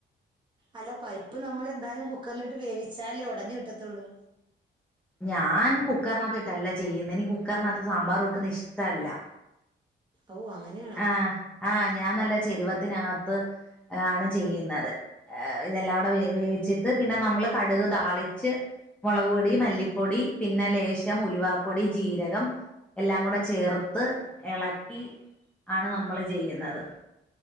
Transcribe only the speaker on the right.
അല്ലോ പരിപ്പ് നമ്മൾ എന്താലും കുക്കറിലിട്ട് വേവിച്ചല്ലേ ഉടഞ്ഞ് കിട്ടത്തോള്ളൂ
ഓ അങ്ങനെയാ
ഉം